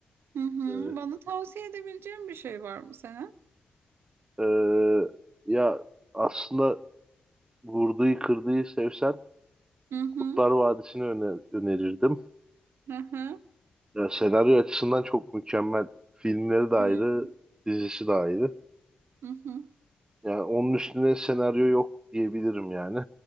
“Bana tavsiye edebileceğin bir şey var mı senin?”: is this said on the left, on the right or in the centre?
Right